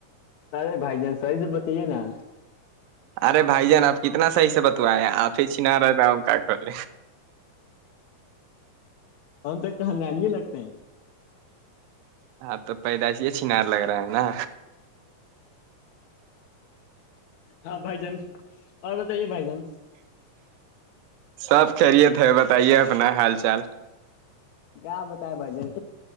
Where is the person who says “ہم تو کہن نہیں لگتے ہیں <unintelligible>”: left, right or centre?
Left